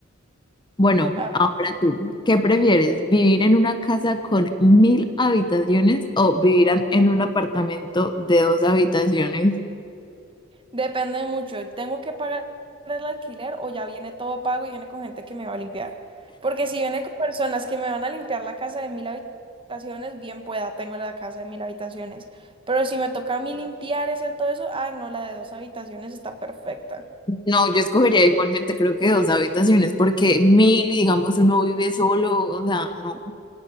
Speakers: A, on the left (about 20°); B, on the right (about 25°).
A: Bueno,
B: A ver,
A: ahora tú, ¿qué prefieres? ¿Vivir en una casa con mil habitaciones o vivir en en un apartamento de dos habitaciones?
B: depende mucho. ¿Tengo que pagar el alquiler o ya viene todo pago y viene con gente que me va a limpiar? Porque si viene con personas que me van a limpiar la casa de mil habitaciones, bien pueda, tengo la casa de mil habitaciones. Pero si me toca a mí limpiar y hacer todo eso, ah, no, la de dos habitaciones está perfecta.
A: No, yo escogería igualmente creo que dos habitaciones, porque mil, y digamos, uno vive solo, o sea, no,